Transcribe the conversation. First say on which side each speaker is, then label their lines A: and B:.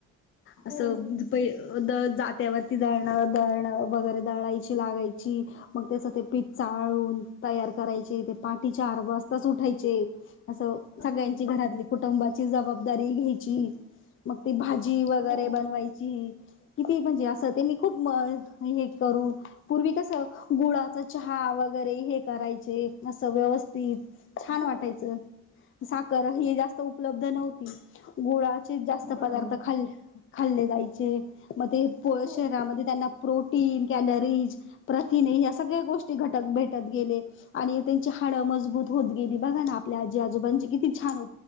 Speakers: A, on the left; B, on the left.
A: असं
B: हो
A: प द जात्यावरती दळण दळण वगैरे दळायची. चलागयची. मग त्याचं ते पीठ चाळून तयार करायचे ते पाठी चार वाजताच उठायचे. असं सगळ्यांची
B: हो
A: घरातली
B: बरोबर
A: कुठ? कुटुंबाची जबाबदारी घ्यायची मग ती भाजी वगैरे
B: हो
A: बनवायची. किती म्हणजे असं त्यांनी खूप हे करून पूर्वी कसं गुळाच चहा वगैरे हे करायचे असं व्यवस्थित छान
B: हो
A: वाटायचं साखर हे जास्त उपलब्ध नव्हती. गोळाचे जास्त
B: बरोबर
A: पदार्थ खाल् खाल्ले जायचे मग ते पोळ
B: हो
A: शहरामध्ये त्यांना प्रोटीन कॅलरीज प्रथिने या्या सगळ्या गोष्टी घटक भेटत गेले. आणि त्यांची हाडं मजबूत होत गेली बघा ना आपल्या आजी आजोबांची किती छान हो.